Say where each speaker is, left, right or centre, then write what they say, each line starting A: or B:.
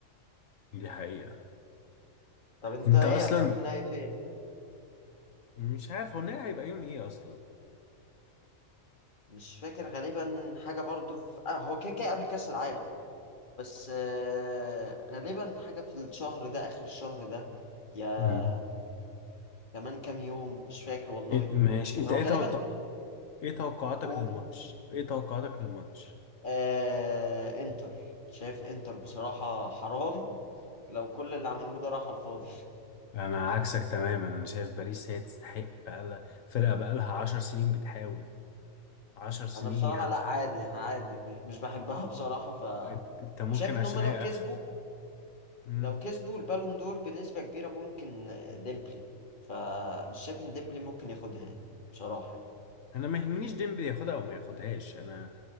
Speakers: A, on the left; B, on the left.
A: دي حقيقة
B: طب انت
A: انت
B: ايه
A: اصلا
B: هتشوف النهائي فين
A: مش عارف هو النهائي هيبقى يوم ايه اصلا
B: مش فاكر غالبا حاجة برضو في اه هو كده كده قبل كأس العالم بس آه غالبا حاجة في الشهر ده آخر الشهر ده يا
A: مم.
B: كمان كام يوم مش فاكر والله
A: إيه ماشي
B: يعني
A: انت
B: هو
A: ايه
B: غالبا
A: توقع... ايه توقعاتك
B: قول
A: للماتش ايه توقعاتك للماتش
B: آه انتر شايف انتر بصراحة حرام لو كل اللي عملوه ده راح على الفاضي
A: انا عكسك تماما انا شايف باريس هي تستحق بقالها فرقه بقالها عشر سنين بتحاول عشر سنين
B: انا بصراحة
A: يا عم
B: لا عادي عادي مش بحبها بصراحة ف
A: انت أنت ممكن
B: وشايف ان
A: عشان
B: هم لو
A: هي
B: كسبوا
A: اخر مم.
B: لو كسبوا البالون دور بنسبة كبيرة ممكن آه، ديمبلي فمش شايف ان ديمبلي ممكن ياخدها يعني بصراحة يعني
A: انا ما يهمنيش ديمبلي ياخدها او ما ياخدهاش انا